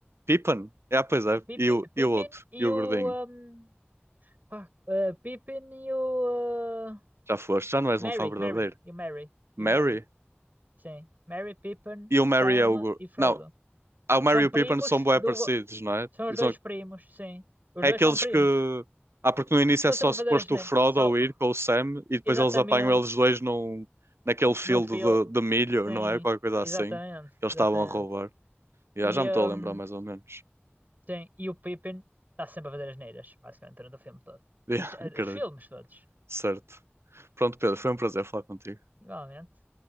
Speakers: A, on the right; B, on the right.
A: Pippen É, pois é.
B: Pippin,
A: E o,
B: Pippin
A: e o outro?
B: e
A: E o
B: o.
A: gordinho?
B: ahm, pá, eh, Pippin e o. ah,
A: Já foste? Já não és
B: Merry,
A: um fã verdadeiro.
B: Merry, e o Merry,
A: Mary?
B: e o Merry. Sim. Merry, Pippin,
A: E o
B: Sam
A: Mary é o. gor-
B: e Frodo.
A: Não, ah, o Mary
B: São
A: e o
B: primos
A: Pippen são bué
B: do.
A: parecidos,
B: go-
A: não é?
B: São os
A: E são...
B: dois primos, sim. Os
A: É
B: dois
A: aqueles
B: são primos.
A: que. Ah, porque no início
B: Estão
A: é só
B: sempre
A: suposto
B: a fazer as. ne-
A: o Frodo
B: Só...
A: ou ir com o Sam e depois
B: Exatamente.
A: eles apanham eles dois num... naquele field
B: Num fio.
A: de, de milho,
B: Sim,
A: não é? Qualquer coisa
B: exatamente,
A: assim. que Eles
B: exatamente.
A: estavam a roubar. Yeah,
B: E.
A: já me
B: ahm,
A: estou a lembrar mais ou menos.
B: Sim, e o Pippin está sempre a fazer as neiras, basicamente, durante o filme todo.
A: Yeah,
B: As-
A: <laughs> acredito.
B: eh, os filmes todos,
A: Certo. Pronto, Pedro, foi um prazer falar contigo.
B: igualmente.